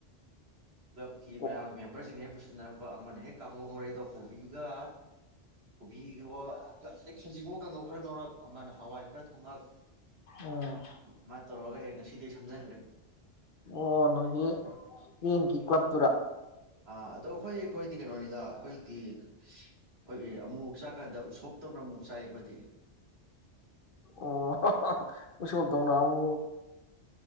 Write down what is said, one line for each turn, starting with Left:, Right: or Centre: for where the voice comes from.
Right: ꯀ꯭ꯂꯕꯀꯤ ꯃꯌꯥꯝꯒꯤ
Left: ꯑꯣ
Right: ꯃꯦꯝꯕꯔꯁꯤꯡ ꯍꯦꯛ ꯄꯨꯁꯤꯟꯅꯔꯛ ꯑ ꯑꯃꯅꯍꯦꯛ ꯀꯥꯡꯒꯨ ꯉꯧꯔꯦꯗꯣ ꯀꯣꯕꯤꯒ ꯀꯣꯕꯤꯋꯣ ꯁꯖꯤꯡꯒꯣ ꯀꯥꯡꯉꯧ ꯈꯔ ꯅꯧꯔꯛ ꯑꯃꯅ ꯍꯋꯥꯏ ꯈꯔ ꯊꯣꯡꯉꯛ
Left: ꯎꯝ
Right: ꯑꯗꯨꯃꯥꯏꯅ ꯇꯧꯔꯒ ꯍꯦꯛ ꯉꯁꯤꯗꯤ ꯁꯝꯖꯟꯈ꯭ꯔꯦ
Left: ꯑꯣ ꯅꯣꯏꯒꯤ ꯌꯦꯟꯒꯤ ꯀ꯭ꯂꯕ
Right: ꯑꯥ ꯑꯗꯣꯈꯣꯏ ꯑꯩꯈꯣꯏꯗꯤ ꯀꯩꯅꯣꯅꯤꯗ ꯑꯩꯈꯣꯏꯗꯤ ꯑꯩꯈꯣꯏ ꯑꯃꯨꯛ ꯆꯥꯀꯥꯟꯗ ꯎꯁꯣꯞꯇꯧꯅ ꯑꯃꯨꯛ ꯆꯥꯏ ꯑꯩꯈꯣꯏꯗꯤ
Left: ꯑꯣ ꯎꯁꫭꯞ ꯇꯧꯅ ꯎ